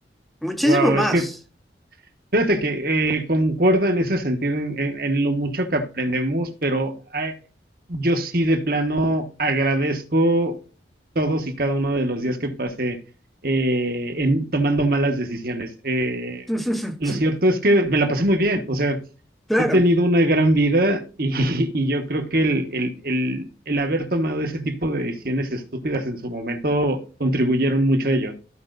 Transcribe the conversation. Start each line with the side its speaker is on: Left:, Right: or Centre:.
Centre: muchísimo
Right: Wow,
Centre: más.
Right: es que Fíjate que eh, concuerdo en ese sentido, en, en- en lo mucho que aprendemos, pero ah, yo sí de plano agradezco todos y cada uno de los días que pasé eh, en, tomando malas decisiones. Eh,
Centre: <laughs>
Right: lo cierto es que me la pasé muy bien, o sea,
Centre: Claro,
Right: he tenido una gran vida y, <laughs> y yo creo que el, el, el, el haber tomado ese tipo de decisiones estúpidas en su momento contribuyeron mucho a ello.